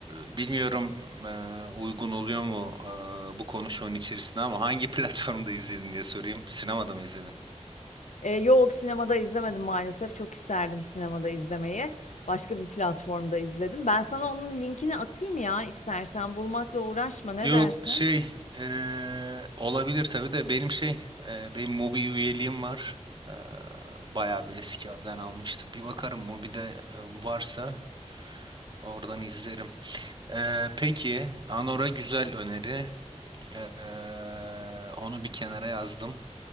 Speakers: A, on the right; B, on the left.
A: bilmiyorum ee, uygun oluyor mu ee, bu konuşmanın içerisinde ama hangi <laughs> platformda izledin diye sorayım. Sinemada mı izledin?
B: Ee, yok sinemada izlemedim maalesef. Çok isterdim sinemada izlemeyi. Başka bir platformda izledim. Ben sana onun linkini atayım ya istersen bulmakla uğraşma ne
A: Yok
B: dersin?
A: şey ee, olabilir tabii de benim şey ee, benim Mubi üyeliğim var. Ee, bayağı bir eskiden almıştım. Bir bakarım Mubi'de e, varsa. Oradan izlerim. Ee, peki Anora güzel öneri. Ee, onu bir kenara yazdım.